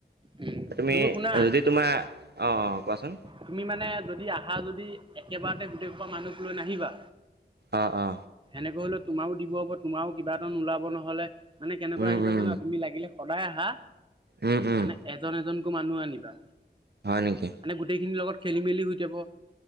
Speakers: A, on the right (about 30°); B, on the right (about 65°).
A: উম,
B: তুমি
A: শুনা
B: যদি তোমাৰ অহ - অহ কোৱাচোন?
A: তুমি মানে যদি আহা যদি একেবাৰতে গোটেই খোপা মানুহক লৈ নাহিবা
B: আ - আ
A: তেনেকৈ হলে তোমাৰ দিব হ'ব তোমাৰো কিবা এটা নোলাব নহ'লে মানে কেনেকোৱা
B: উম
A: আহিবা
B: উম
A: জানা তুমি লাগিলে সদায় আহা
B: উম উম
A: মানে এজন -এজনকৈ মানুহ আনিবা।
B: হয় নেকি
A: মানে গোটেইখিনিৰ লগত খেলি- মেলি হৈ যাব